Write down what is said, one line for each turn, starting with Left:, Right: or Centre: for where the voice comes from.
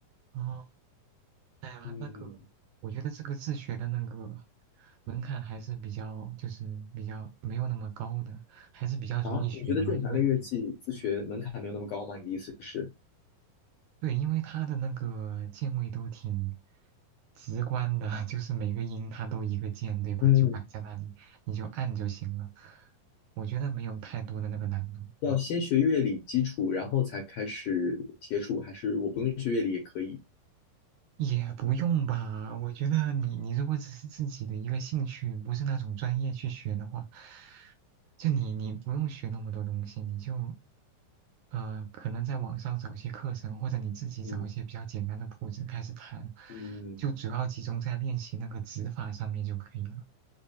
Right: 哦，哎呀，
Left: 嗯
Right: 那个，我觉得这个自学的那个门槛还是比较，就是比较没有那么高的，还是比较容易学的吧，
Left: 啊，你觉得键盘类乐器自学门槛没有那么高吗？
Right: 因为。
Left: 你的意思是？
Right: 对，因为它的那个键位都挺直观的，<laughs> 就是每个音它都一个键，对吧？
Left: 嗯。
Right: 就摆在那里，你就按就行了。我觉得没有太多的那个难度，
Left: 要先学乐理基础，
Right: 嗯，
Left: 然后才开始接触，还是我不用学乐理也可以？
Right: 也不用吧。我觉得你你如果只是自己的一个兴趣，不是那种专业去学的话，就你你不用学那么多东西，你就呃可能在网上找一些课程，或者你自己找一些比较简单的谱子开始弹，
Left: 嗯嗯，
Right: 就主要集中在练习那个指法上面就可以了。